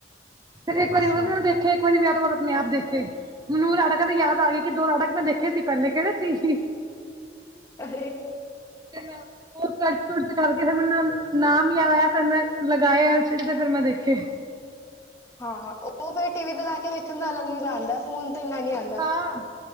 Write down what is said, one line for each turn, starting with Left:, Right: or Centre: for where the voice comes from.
Right: ਤੇ ਫੇਰ ਇੱਕ
Left: ਅੱਛਾ
Right: ਵਾਰੀ ਉਹਦੇ ਨਾਲ ਦੇਖੇ, ਇੱਕ ਵਾਰੀ ਵਿਆਹ ਤੋਂ ਬਾਅ ਆਪਣੇ ਆਪ ਦੇਖੇ। ਮਨੂੰ ਨਾਟਕਾਂ ਦੀ ਯਾਦ ਆ ਗਏ ਕਿ ਦੋ ਨਾਟਕ ਮੈਂ ਦੇਖੇ ਸੀ, ਪਹਿਲੇ ਕਿਹੜੇ ਸੀ? <inaudible>
Left: ਅਰੇ
Right: ਤੇ ਮੈਂ ਉਹ ਕਟੱ ਕੁਟ ਕਰਕੇ, ਫਿਰ ਮੈਨੂੰ ਨਾਮ ਯਾਦ ਆਇਆ। ਫਿਰ ਮੈਂ ਲਗਾਏ ਏਲ ਸੀ ਡੀ ਤੇ ਫਿਰ ਮੈਂ ਦੇਖੇ।
Left: ਹਾਂ, ਹਾਂ, ਉਹ ਫੇਰ ਟੀ ਵੀ ਤੇ ਲੈ ਕੇ ਵੇਖਣ ਦਾਲੱਗ ਮਜ਼ਾ ਆਂਦਾ। ਫੋਨ ਤੇ ਇੰਨਾ ਨੀਂ ਆਂਦ
Right: ਹਾਂ,